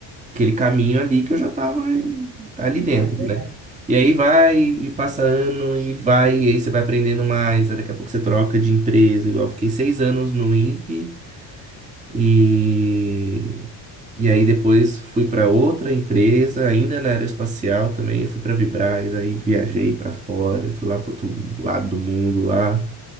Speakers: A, on the right (about 15°); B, on the right (about 40°).
A: aquele caminho ali que eu já tava
B: é
A: ali dentro,
B: não, é verdade.
A: né? E aí vai e passa ano e vai, e aí você vai aprendendo mais, aí daqui a pouco você troca de empresa, igual eu fiquei seis anos no INPE e. E aí depois fui para outra empresa, ainda na aeroespacial também, eu fui para Vibraz, aí viajei para fora, fui lá para outro lado do mundo lá,